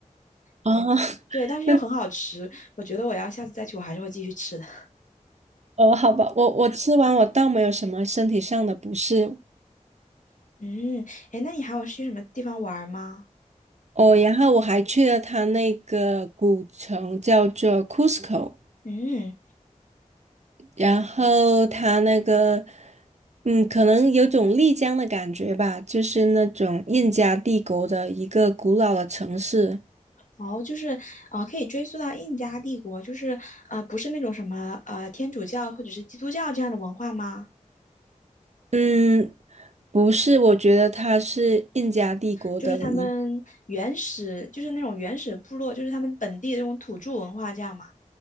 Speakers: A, on the right; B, on the left.
A: 哦，
B: 嗯，对，但是又很好吃，
A: <laughs> 那
B: 我觉得我要下次再去，我还是会继续吃的。
A: 哦，好吧，我我吃完我倒没有什么身体上的不适，
B: <laughs> 嗯，哎，那你还有去什么地方玩儿吗？
A: 哦，然后我还去了它那个古城，叫做 Cusco，
B: 嗯，
A: 然后它那个，嗯，可能有种丽江的感觉吧，就是那种印加帝国的一个古老的城市。
B: 哦，就是啊、呃可以追溯到印加帝国，就是啊、呃不是那种什么呃天主教或者是基督教这样的文化吗？
A: 嗯，不是，我觉得它是印加帝国的一，
B: 就是他们原始，就是那种原始部落，就是他们本地的这种土著文化，这样嘛。